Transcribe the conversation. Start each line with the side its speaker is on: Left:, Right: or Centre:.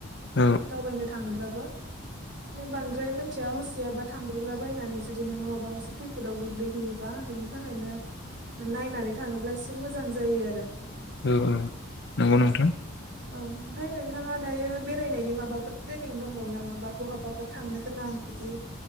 Left: औ
Right: दावबायनो थाङोब्लाबो
Left: <inaudible>
Right: बांद्राय मिथिया हसियाबा थांग्रोला बायनानै जुदि नोंहा माबा मोनसे खैफोदाव गोग्लैहैयोबा बिनि थाखायनो नायनानै थाङोब्ला एसे मोजां जायो आरो
Left: औ औ नंगौ
Right: औ
Left: नोंथां
Right: औ ओमफ्राय नोंथाङा दायो बेरायनायनि माबाफोर प्लेनिं दंबावो नामा बा बहाबाफोर थांनो गोनां बिदि